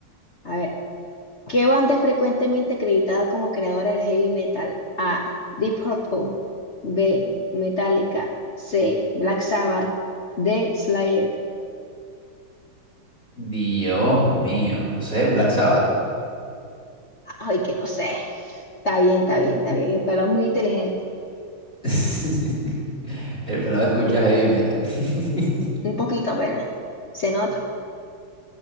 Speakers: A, on the left (about 50°); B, on the left (about 30°).
A: A ver. ¿Qué banda es frecuentemente acreditada como creadora del heavy metal? A. Deep Purple. B. Metallica. C. Black Sabbath. D. Slayer.
B: Dios mío, no sé, Black Sabbath.
A: Ay, que no sé. Está bien, está bien, está bien. El pelo es muy inteligente.
B: <laughs> El pelado escucha heavy metal. <laughs>
A: Un poquito apenas. Se nota.